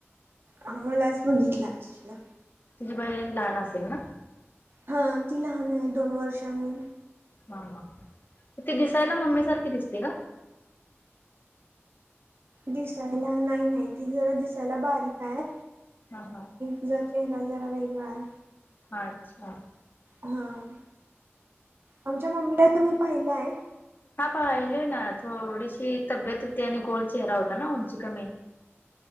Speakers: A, on the right (about 55°); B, on the left (about 45°).
A: अ मलाच बघितला असणा
B: तुझी बहीण लहान असेल ना
A: हा ती लहान हाय दोन वर्षांनी
B: ह ह म ती दिसायला मम्मी सारखी दिसते का?
A: दिसायला नाय नाय ती जरा दिसायला बारीक आय.
B: हा हा
A: तिझा चेहरा जरा वेगळा आय.
B: अच्छा
A: हा, आमच्या मम्मीला तुम्ही पाहिलाय.
B: हा पाहिलय ना थोडीशी तब्येत होती. आणि गोल चेहरा होता ना उंची कमी